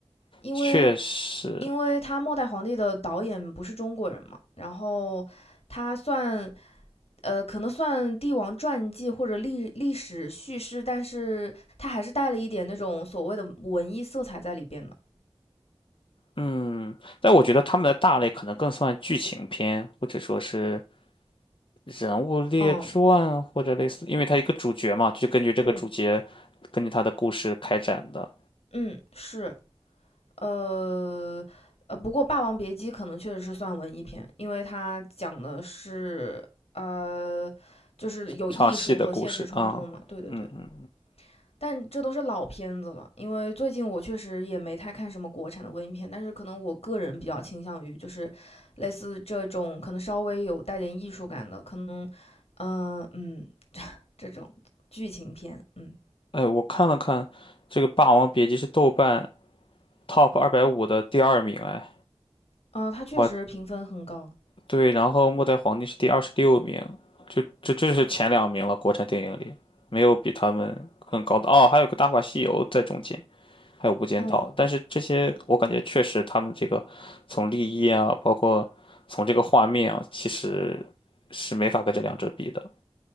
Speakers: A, on the left; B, on the left.
A: 因为
B: 确实，
A: 因为他《末代皇帝》的导演不是中国人嘛，然后他算呃，可能算帝王传记或者历历史叙事，但是他还是带了一点那种所谓的文艺色彩在里边的。
B: 嗯，但我觉得他们的大类可能更算剧情片，或者说是人物列传，
A: 嗯
B: 或者类似，因为他一个主角嘛，就根据这个主角，
A: 嗯
B: 根据他的故事开展的
A: 嗯，是呃呃，不过《霸王别姬》可能确实是算文艺片，因为它讲的是呃，就是有艺术和现实冲突嘛。
B: 唱戏的故事啊，
A: 对对对。
B: 嗯嗯，
A: 但这都是老片子了，因为最近我确实也没太看什么国产的文艺片，但是可能我个人比较倾向于就是类似这种可能稍微有带点艺术感的，可能，嗯、呃嗯，这种剧情片，嗯
B: 哎，我看了看，这个《霸王别姬》是豆瓣 Top 二百五的第二名，哎，
A: 嗯，呃，它确实评分很高，
B: 哇，对，然后《末代皇帝》是第二十六名，就这这就是前两名了，国产电影里没有比他们更高的哦，还有个《大话西游》在中间。还有《无间道》，
A: <laughs> 嗯。
B: 但是这些我感觉确实他们这个从立意啊，包括从这个画面啊，其实是没法跟这两者比的